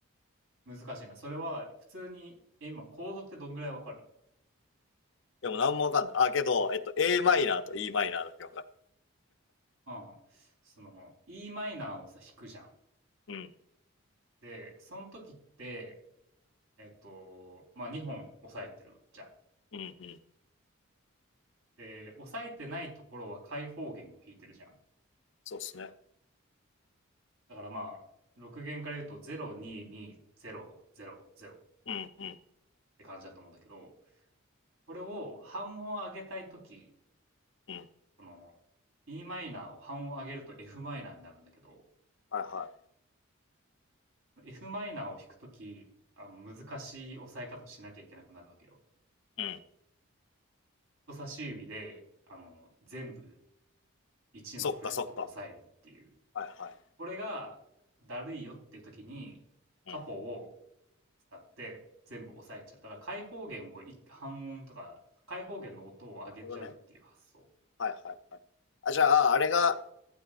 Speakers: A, on the right; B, on the left.
A: 難しいな。それは、普通に、え、今、コードってどんぐらいわかる
B: でもなんもわかんない。あ、けど、えっと、a マイナーと e マイナーだけわかる。
A: ああ、その、E マイナーをさ、弾くじゃん。
B: うん、
A: で、その時って、えっと、まあ、2本押さえてるじゃん。
B: うん、うん。
A: で、押さえてないところは開放弦を弾いてるじゃん。
B: そうっすね。
A: だからまあ、6弦から言うと0、2、2、0、0、0っ
B: うん、うん、
A: て感じだと思うんだけど、これを半音上げたい時、
B: うん。
A: この E マイナーを半音上げると F マイナーになるんだけど、
B: はいは
A: F マイナーを弾く時、あの、難しい押さえ方をしなきゃいけなくなるわけよ。
B: い。うん。
A: 人差し指で、あの、全部1のフレットを押さえるっていう。
B: そっか、そっか。はいはい。
A: これがだるいよっていう時に、カポを
B: うん。なる
A: 使って全部押さえちゃう。だから開放弦を半音とか、開放弦の音を上げちゃうっていう発想。
B: ほどね。はいはいはい。あ、じゃあ、あれが、